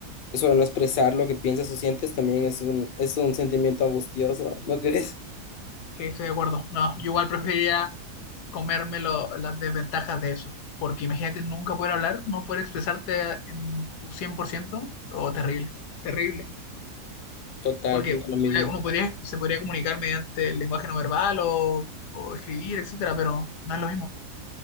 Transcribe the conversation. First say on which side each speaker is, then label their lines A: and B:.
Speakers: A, on the left; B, on the left.
A: eso de no expresar lo que piensas o sientes también es un, es un sentimiento angustioso, ¿no crees?
B: Sí, estoy de acuerdo. No, yo igual preferiría comerme lo- las desventajas de eso, porque imagínate nunca poder hablar, no poder expresarte en tu cien por ciento, o terrible, terrible.
A: Total,
B: Porque
A: pienso lo mismo.
B: uno podría, se podría comunicar mediante el lenguaje no verbal o, o escribir, etcétera, pero no es lo mismo.